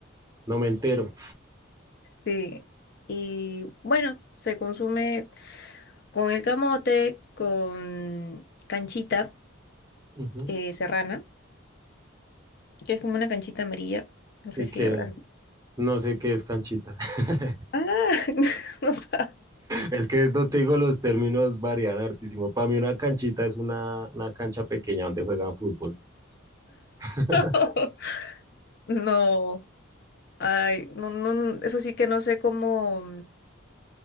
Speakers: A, on the right; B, on the left.
A: no me entero.
B: Sí. Y bueno, se consume con el camote, con canchita
A: Ujú.
B: eh, serrana, que es como una canchita amarilla. No sé
A: Y
B: si
A: que
B: habrá.
A: no sé qué es canchita. <laughs>
B: Ah, <laughs> no, sabe.
A: Es que no te digo los términos varían hartísimo. Para mí una canchita es una, una cancha pequeña donde juegan fútbol. <laughs>
B: <laughs> no. Ay, no, no, eso sí que no sé cómo.